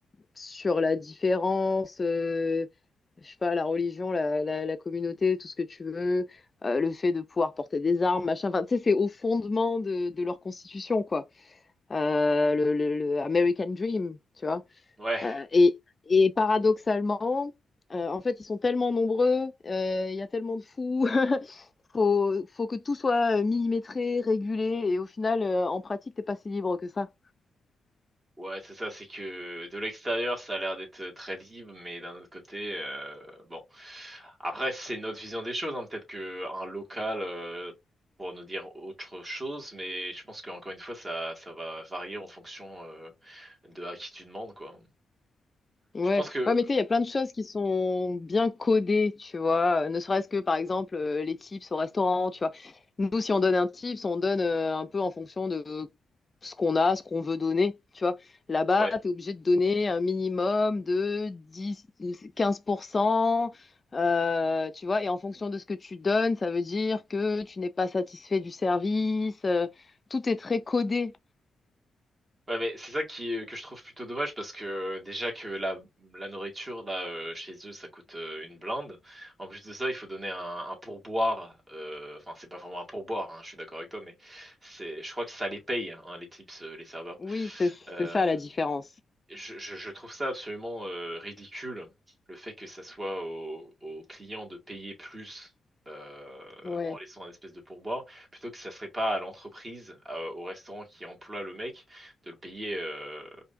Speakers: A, on the left; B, on the right.
A: sur la différence, euh, je sais pas, la religion, la, la, la communauté, tout ce que tu veux, euh, le fait de pouvoir porter des armes, machin, enfin, tu sais, c'est au fondement de, de leur constitution, quoi. Euh, le, le, le American Dream, tu vois.
B: Ouais,
A: Euh, et, et paradoxalement, euh, en fait, ils sont tellement nombreux, euh, il y a tellement de fous, <laughs> faut, faut que tout soit euh, millimétré, régulé, et au final, euh, en pratique, t'es pas si libre que ça.
B: Ouais, c'est ça, c'est que de l'extérieur, ça a l'air d'être très libre, mais d'un autre côté, euh, bon. Après, c'est notre vision des choses, hein. Peut-être que un local euh, pour nous dire autre chose, mais je pense qu'encore une fois, ça, ça va varier en fonction euh, de à qui tu demandes, quoi.
A: Ouais,
B: Je pense que,
A: ouais, mais tu sais, il y a plein de choses qui sont bien codées, tu vois. Ne serait-ce que, par exemple, euh, les tips au restaurant, tu vois. Nous, si on donne un tips, on donne euh, un peu en fonction de ce qu'on a, ce qu'on veut donner, tu vois. Là-bas,
B: ouais.
A: tu es obligé de donner un minimum de 10, 15%, euh, tu vois. Et en fonction de ce que tu donnes, ça veut dire que tu n'es pas satisfait du service. euh, tout est très codé.
B: Ouais, mais c'est ça qui est- que je trouve plutôt dommage parce que euh, déjà que la, la nourriture là euh, chez eux ça coûte euh, une blinde. En plus de ça, il faut donner un, un pourboire. euh, Enfin, c'est pas vraiment un pourboire, hein, je suis d'accord avec toi, mais c'est, je crois que ça les paye hein, les tips, euh, les serveurs.
A: Oui, c'est
B: Euh,
A: c'est ça la différence.
B: je, je- je trouve ça absolument euh, ridicule, le fait que ça soit aux aux clients de payer plus euh,
A: Ouais.
B: en laissant un espèce de pourboire, plutôt que ça serait pas à l'entreprise, à- au restaurant qui emploie le mec, de le payer, euh,